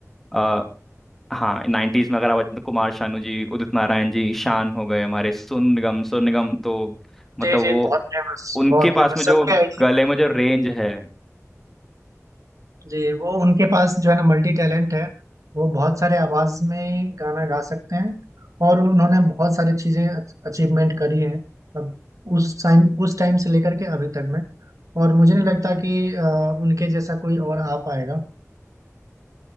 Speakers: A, in the centre; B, on the right (about 85°).
A: आ, हाँ नाइन्टीज़ में अगर आप कुमार शानू जी उदित नारायण जी शान हो गए हमारे सोनू निगम सोनू निगम तो मतलब
B: जी जी
A: वो
B: बहुत फेमस
A: उनके
B: बहुत
A: पास
B: फेमस
A: में जो
B: सबके आइडिया
A: गले में जो रेंज है
B: जी वो उनके पास जो है ना मल्टी टैलेंट है वो बहुत सारे आवाज में गाना गा सकते हैं और उन्होंने बहुत सारी चीजें अचीवमेंट करी है अब उस टाइम उस टाइम से लेकर के अभी तक में और मुझे नहीं लगता कि अ, उनके जैसा कोई और आ पाएगा